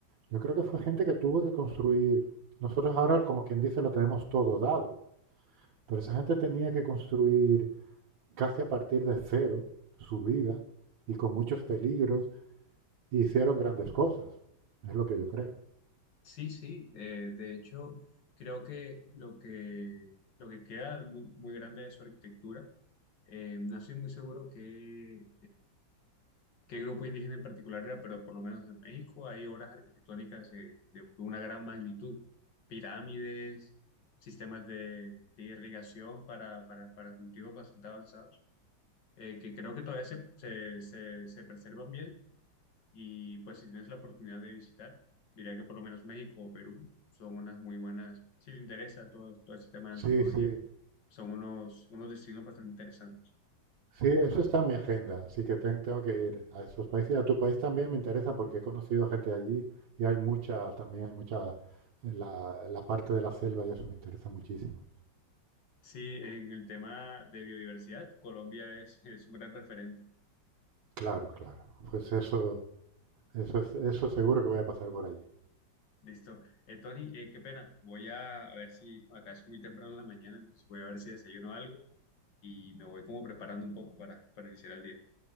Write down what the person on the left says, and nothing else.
Sí, sí, eh, de hecho, creo que lo que, lo que queda muy, muy grande de su arquitectura, eh, no estoy muy seguro que qué grupo indígena en particular era, pero por lo menos en México hay obras arquitectónicas eh, de, una gran magnitud, pirámides, sistemas de, de irrigación para, para, para cultivos bastante avanzados, eh, que creo que todavía se, se, se, se preservan bien y pues si tienes la oportunidad de visitar, diría que por lo menos México o Perú son unas muy buenas, si te interesa todo, todo este tema de antropología,
son unos, unos destinos bastante interesantes.
Sí, en el tema de biodiversidad, Colombia es, es un gran referente.
Listo. Eh, Tony, eh, qué pena. Voy a, a ver si acá es muy temprano en la mañana, entonces voy a ver si desayuno algo y me voy como preparando un poco para, para iniciar el día.